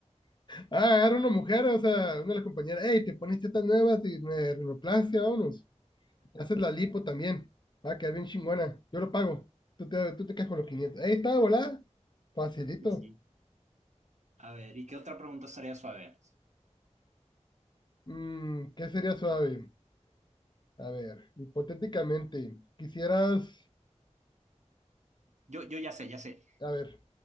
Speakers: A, on the left; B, on the right.
A: Ah, agarra una mujer, o sea, una de las compañeras, hey, te pones tetas nuevas y me arreglo vámonos. Le Haces la lipo también. Va a quedar bien chingona. Yo lo pago. Tú te, tú te quedas con los quinientos Ahí está, volá. Facilito.
B: Pues sí. A ver, ¿y qué otra pregunta estaría suave?
A: Mm, ¿qué sería suave? A ver, hipotéticamente, quisieras.
B: Yo, yo ya sé, ya sé.
A: A ver,